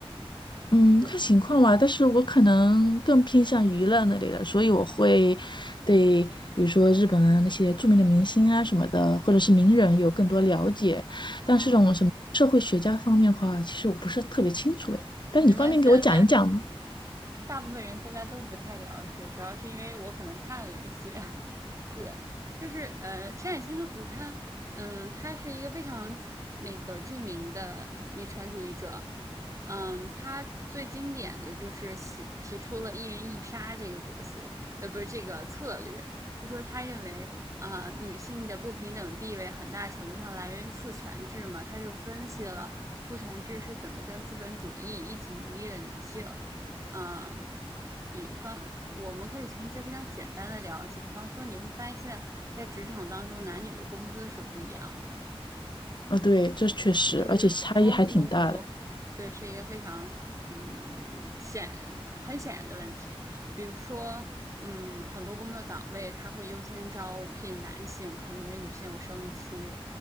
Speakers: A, on the left (about 50°); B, on the right (about 30°).
A: 嗯，
B: 对，
A: 看情况吧，但是我可能更偏向娱乐那类的，所以我会对，比如说日本啊那些著名的明星啊什么的，或者是名人有更多了解。
B: 啊，
A: 但是这种什么社会学家方面的话，其实我不是特别清楚哎。但是你方便给我讲一讲吗？
B: 没关系啊，大大部分人大家都不太了解，主要是因为我可能看了一些。对，就是呃，山野千鹤子她，嗯，她是一个非常那个著名的女权主义者，嗯，她最经典的就是写提出了“一人一杀”这个角色，呃，不是这个策略，就说她认为啊、呃女性的不平等地位很大程度上来源于父权制嘛，她就分析了父权制是怎么跟资本主义一起奴役了女性。嗯，比方，我们可以从一些非常简单的聊起，比方说你会发现在职场当中，男女的工资是不一样的，
A: 啊，对，这确实，
B: 就是同工不同酬，
A: 而且差异还挺大的。
B: 对，是一个非常嗯显很显然的问题。比如说，嗯，很多工作岗位它会优先招聘男性，可能因为女性有生育期、